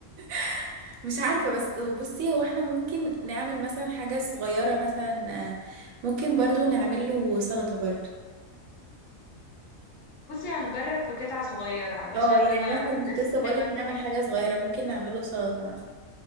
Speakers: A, on the right (about 75°); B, on the left (about 70°).
A: <laughs> مش عارفة بس بصي هو احنا ممكن نعمل مثلا حاجة صغيرة مثلا آه، ممكن برضو نعمل له سلطة برضو
B: بصي هنجرب في قطعه صغيره علشان
A: اه يعني
B: انا عن
A: مثلا كنت
B: نفسي
A: لسه بقولك
B: بحب اكل
A: نعمل حاجة صغيرة ممكن نعمل له سلطة مثلا